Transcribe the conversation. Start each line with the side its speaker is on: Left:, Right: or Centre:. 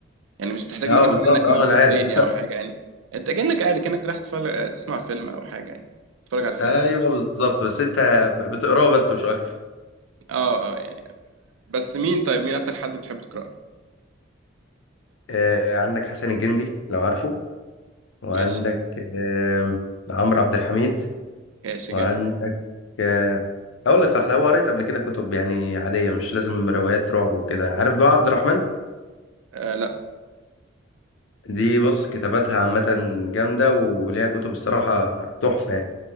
Right: يعني مش بتحتاج
Left: اه
Right: مجهد
Left: بالظبط
Right: منك
Left: اه
Right: مجهود
Left: ما انا عارف
Right: ذهني او حاجه يعني انت كانك قاعد كانك رايح تتفرج تسمع فيلم او حاجه يعني تتفرج على فيلم
Left: ايوه بالظبط بس انت بتقراه بس مش اكتر
Right: اه اه يعني بس مين طيب مين اكتر حد بتحب تقرا له؟
Left: آه، عندك حسن الجندي لو عارفه وعندك
Right: ماشي
Left: آم، عمرو عبد الحميد
Right: ماشي
Left: وعندك
Right: جامد
Left: آه، اقول لك صح لو قريت قبل كده كتب يعني عاديه مش لازم روايات رعب وكده عارف دعاء عبد الرحمن
Right: آه لا
Left: دي بص كتاباتها عامه جامده وليها كتب الصراحه تحفه يعني